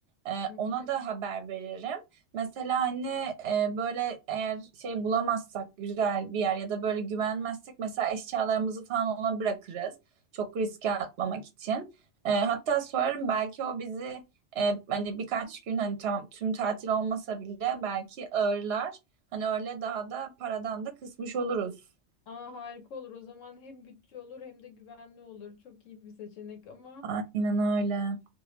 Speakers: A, on the right; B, on the left.
A: Ee,
B: Hı hı.
A: ona da haber veririm. Mesela hani e, böyle eğer şey bulamazsak güzel bir yer ya da böyle güvenmezsek mesela eşyalarımızı falan ona bırakırız. Çok riske atmamak için. Ee, hatta sorarım belki o bizi e, hani birkaç gün hani tamam tüm tatil olmasa bile belki ağırlar. Hani öyle daha da paradan da kısmış oluruz.
B: Aa harika olur. O zaman hem bütçe olur hem de güvenli olur. Çok iyi bir seçenek ama
A: Aynen öyle.